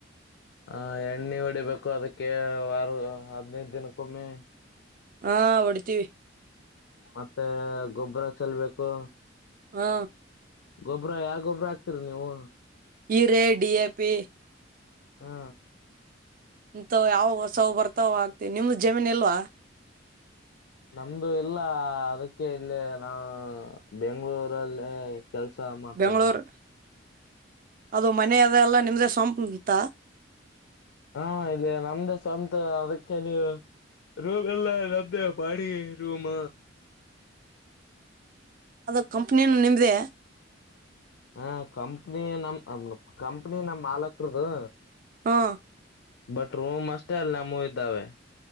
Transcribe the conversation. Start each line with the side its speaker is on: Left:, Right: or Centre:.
Left: ಹ ಎಣ್ಣೆ ಹೊಡಿಬೇಕು ಅದಕ್ಕೆ ಆರ ಹದಿನೆಯ್ದು ದ ದಿನಕ್ಕೊಮ್ಮೆ
Right: ಹಾ ಹೊಡ್ತೀವಿ
Left: ಮತ್ತೆ ಗೊಬ್ಬರ ಚೆಲ್ಬೇಕು
Right: ಹಾ
Left: ಗೊಬ್ಬ್ರ ಯಾವ ಗೊಬ್ಬ್ರ ಹಾಕ್ತಿರಿ ನೀವು
Right: ಇ ರೇ ಡಿ ಎ ಪಿ
Left: ಹಾ
Right: ಇಂತ ಯಾವಾಗ ಸವ್ ಬರ್ತಾವ ಆಗ್ತಿವಿ ನಿಮ್ದ ಜಮೀನ್ ಇಲ್ವಾ
Left: ನಮ್ದು ಇಲ್ಲ ಅದಕ್ಕೆ ಇಲ್ಲಿ ನಾ ಬೆಂಗಗಳೂರಲ್ಲೇ ಕೆಲ್ಸ ಮಾಡ್ತಾ
Right: ಬೆಂಗಳೂರ್
Left: ಇದ್ದ್ವಿ
Right: ಅದು ಮನೆ ಅದ ಎಲ್ಲ ನಿಮ್ದೇ ಸಪುಂತ
Left: ಹಾ ಇಲ್ಲಿ ನಮ್ದೇ ಸ್ವಂತ ಅದಕ್ಕೆ ನೀ ರೂಮ್ ಎಲ್ಲ ಲ ಬಾಡಿ ರೂಮ್
Right: ಅದು ಕಂಪನಿಯಿನ ನಿಮ್ದೆ
Left: ಹಾ ಕಂಪ್ನಿ ನಮ್ಮ್ ಕಂಪ್ನಿ ನಮ ಮಾಲಕರುದು
Right: ಹಾ
Left: ಬಟ್ ರೂಮ್ ಅಷ್ಟೇ ಅಲ್ಲ ನಮ್ಮ ಇದ್ದಾವೆ